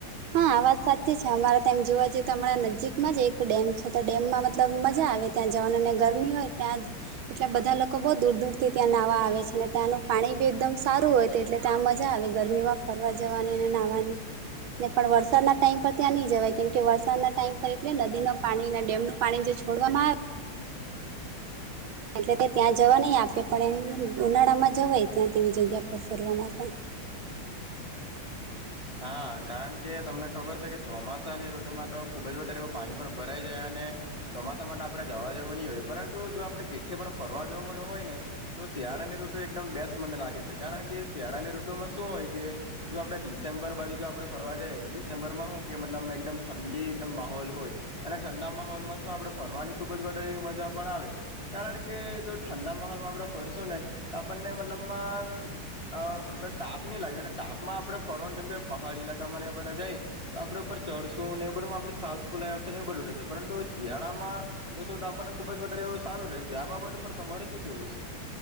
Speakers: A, on the right (about 75°); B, on the left (about 15°).
A: હા આ વાત સાચી છે અમારે ત જોવા જઈએ તો હમણાં નજીકમાં જ એક ડેમ છે તો ડેમમાં મતલબ મજા આવે ત્યાં જવાનું ને ગરમી હોય ત્યાંજ એટલે બધા લોકો બોવ દૂર દૂર થી ત્યાં નાહવા આવે છે અને ત્યાંનું પાણી બી એકદમ સારું હોય. એટલે ત્યાં મજા આવે ગરમીમાં ફરવા જવાની અને નાહવાની. ને પણ વરસાદ ના ટાઈમ પર ત્યાં નહી જવાય. કેમ કે વરસાદ ના ટાઈમ પર એટલે નદી ન પાણી ડેમનું પાણી જે છોડવામાં આવે એટલે તે ત્યાં જવા નહ આપે પણ એમ ઉનાળા માં જવાય ત્યાં તેવી જગ્યા પર ફરવા માટે.
B: હા કારણ કે તમને ખબર છે કે ચોમાસાની ઋતુમાં તો ખુબ જ વધારે એવું પાણી પણ ભરાઈ જાય અને ચોમાસા માટે આપડે જવા જવું નહી હોય પરંતુ જો આપણે કેઠે પણ ફરવા જવાનું હોય ને તો શિયાળાની ઋતુ એકદમ બેસ્ટ મને લાગે છે કારણ કે શિયાળાની ઋતુમાં શું હોય કે જો આપડા દીશ ડિસેમ્બર બાજુ જો આપણે ફરવા જઈએ તો ડિસેમ્બરમાં શું કે મતલબ એકદમ ઠંડી એકદમ માહોલ હોય. અને ઠંડા માહોલમાં શું આપડણે ફરવાની ખુબ જ વધારે એવી મજા પણ આવે. કારણ કે જો ઠંડા માહોલમાં આપડે ફરશું ને તો આપણને મતલબમાં અ તાપ ની લાગે અને તાપમાં આપડે ફરવાન જેમ કે પહાડી લાકામાં એ બધે જાય તો આપડે ઉપર ચઢશું એ બધુંમાં આપ સાસ ફૂલા આવશે ને એ બધું થશે પરંતુ શિયાળામાં તો શો તો આપણને ખુબ જ વધારે એવું સારું રહેશે આ બાબત ઉપ તમારે શું કેવું છે?